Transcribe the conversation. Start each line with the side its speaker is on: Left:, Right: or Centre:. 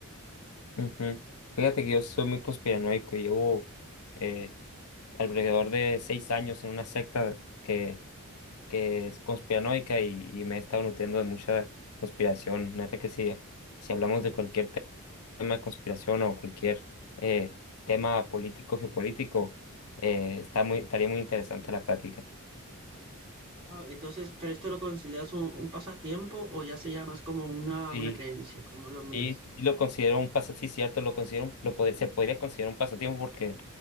Left: Ujú. Fíjate que yo soy muy conspiranoico y llevo eh, alrededor de seis años en una secta que, que es conspiranoica y, y me he estado nutriendo de mucha conspiración. Neta que sí, si hablamos de cualquier tema de conspiración o cualquier eh, tema político, geopolítico, eh, está muy, estaría muy interesante la plática.
Right: Ah, entonces, ¿pero esto lo consideras un, un pasatiempo o ya sería más como una,
Left: Sí,
Right: una creencia? ¿Cómo lo miras?
Left: sí, sí lo considero un pasatiempo, sí, cierto, lo considero, un- lo pod- se podría considerar un pasatiempo porque